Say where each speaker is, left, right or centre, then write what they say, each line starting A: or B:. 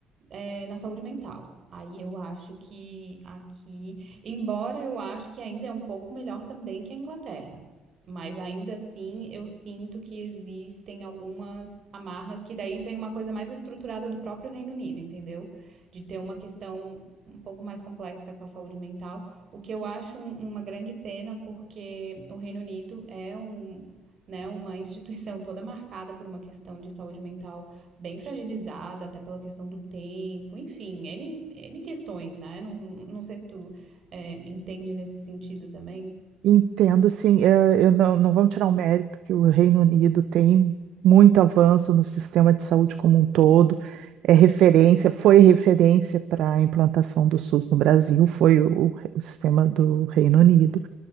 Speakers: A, on the right (about 50°); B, on the right (about 70°).
A: é, na saúde mental. Aí eu acho que aqui, embora eu acho que ainda é um pouco melhor também que a Inglaterra, mas ainda assim eu sinto que existem algumas amarras que daí vem uma coisa mais estruturada do próprio Reino Unido, entendeu? De ter uma questão um pouco mais complexa com a saúde mental, o que eu acho um- uma grande pena porque o Reino Unido é um, né, uma instituição toda marcada por uma questão de saúde mental bem fragilizada, até pela questão do tempo, enfim, N, N questões, né? Não, não sei se tu é, entende nesse sentido também.
B: Entendo, sim. Eu, eu não, não vamos tirar o mérito que o Reino Unido tem muito avanço no sistema de saúde como um todo. É referência, foi referência para a implantação do SUS no Brasil, foi o, o sistema do Reino Unido.